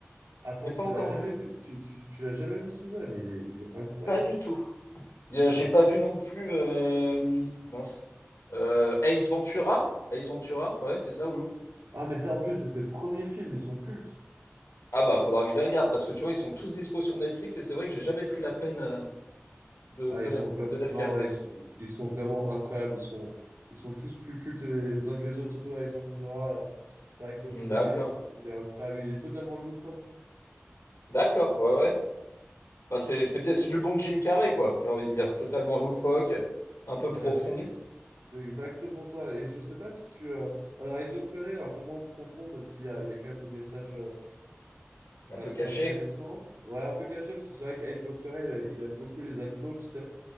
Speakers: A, on the right (about 80°); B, on the left (about 90°).
A: Attends,
B: je l'ai
A: tu
B: pas encore
A: l'as jamais
B: vu.
A: vu. Tu, tu, tu l'as jamais vu celui-là, mais il est, il est incroyable.
B: Pas du tout. Et, euh, J'ai
A: Il-
B: pas
A: est-
B: vu non plus euh, mince. Euh, Ace Ventura. Ace Ventura, ouais, c'est ça, Oulou.
A: Ah, mais ça, en plus, c'est ses premiers films, ils sont cultes.
B: Ah bah faudra que je les regarde parce que tu vois, ils sont tous dispo sur Netflix et c'est vrai que j'ai jamais pris la peine euh, de,
A: Ah,
B: de
A: ils
B: les,
A: sont vra-
B: de les regarder.
A: non, ils sont, ils sont vraiment incroyables. Ils sont, ils sont tous plus cultes les uns que les autres, surtout là, ils sont, tu vois, euh, c'est vrai que le premier,
B: D'accord.
A: il est, il est incroyable. Il est totalement loufoque.
B: D'accord, ouais, ouais. Bah c'est c'est bien, c'est du bon Jim Carrey, quoi, j'ai envie de dire.
A: Ouais,
B: Totalement loufoque, un peu
A: Ouais,
B: profond,
A: c'est c'est exactement ça. Et je sais pas si tu. euh, Alors, Eyes of the Terror, il est un peu moins profond, même s'il y a, il y a quand même des messages. euh,
B: un
A: Alors,
B: peu
A: c'est
B: caché.
A: intéressant. Ouais, un peu caché, parce que c'est vrai qu'Ace Ventura, il, il aime beaucoup les animaux, tu sais.